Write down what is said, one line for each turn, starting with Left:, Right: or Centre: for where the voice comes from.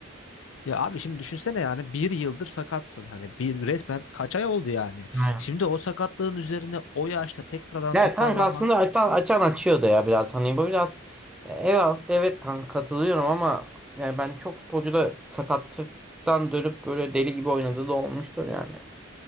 Left: Ya abi şimdi düşünsene yani bir yıldır sakatsın. Hani bir resmen kaç ay oldu yani.
Centre: Aynen.
Left: Şimdi o sakatlığın üzerine o yaşta tekrardan
Centre: Ya
Left: toparlamak.
Centre: kanka aslında açan, açan açıyordu ya biraz. Hani bu biraz evet, evet kanka katılıyorum ama yani ben çok futbolcu da sakatlıktan dönüp böyle deli gibi oynadığı da olmuştur yani.